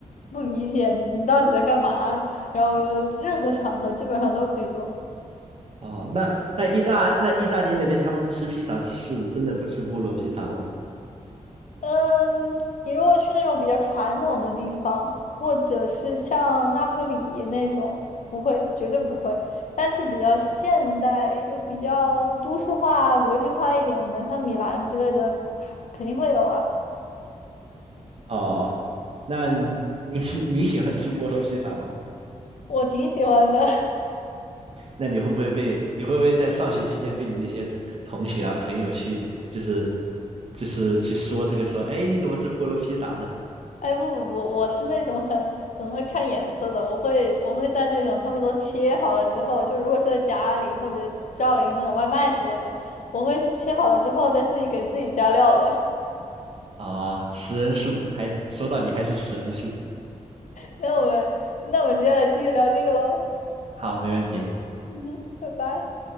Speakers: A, on the left; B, on the right.
A: 不理解你到底在干嘛，然后任何场合基本上都可以用。
B: 嗯，哦，那那意大那意大利那边他们吃披萨是真的不吃菠萝披萨咯？
A: 嗯，你如果去那种比较传统的地方，或者是像那不里那种，不会，绝对不会。但是比较现代，就比较都市化、国际化一点的，像米兰之类的，还肯定会有啊。
B: 哦，那你你你喜欢吃菠萝披萨吗？
A: 我挺喜欢的。<laughs>
B: 那你会不会被你会不会在上学期间被你那些同同学啊朋友去就是就是去说这个说，哎，你怎么吃菠萝披萨的？
A: 哎，不不不，我是那种很很会看颜色的，我会我会在那种他们都切好了之后，就如果是在家里或者叫了一个那种外卖之类的，我会是切好了之后再自己给自己加料的。
B: 哦，食人树，还说到底还是食人树。
A: 那我们那我们接下来继续聊这个喽。
B: 好，没问题。
A: 嗯哼，拜拜。